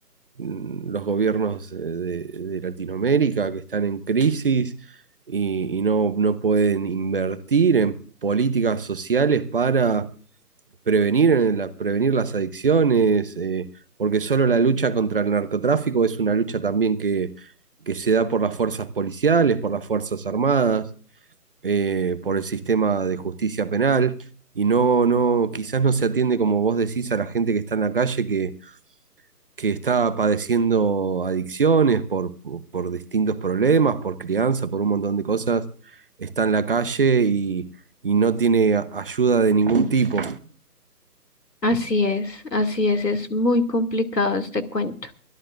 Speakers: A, on the right; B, on the left.
A: mm, los gobiernos eh, de, de Latinoamérica que están en crisis y, y no, no pueden invertir en políticas sociales para prevenir, eh, la- prevenir las adicciones, eh, porque solo la lucha contra el narcotráfico es una lucha también que, que se da por las fuerzas policiales, por las fuerzas armadas, eh, por el sistema de justicia penal, y no, no, quizás no se atiende, como vos decís, a la gente que está en la calle que, que está padeciendo adicciones por, por por distintos problemas, por crianza, por un montón de cosas, está en la calle y y no tiene a- ayuda de ningún tipo.
B: Así es, así es, es muy complicado este cuento.